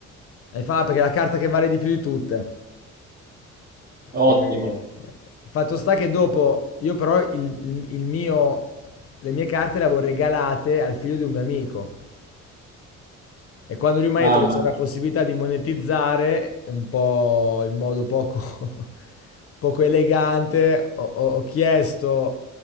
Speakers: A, on the left; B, on the right.
A: E fa, "Ah, perché è la carta che vale di più di tutte.
B: Ottimo,
A: E il fatto sta che dopo, io però il, il- il mio, le mie carte le avevo regalate al figlio di un mio amico. E quando lui mi
B: mamma,
A: ha detto che c'era
B: mia,
A: la possibilità di monetizzare, un po' in modo poco, <laughs> poco elegante, ho, ho- ho chiesto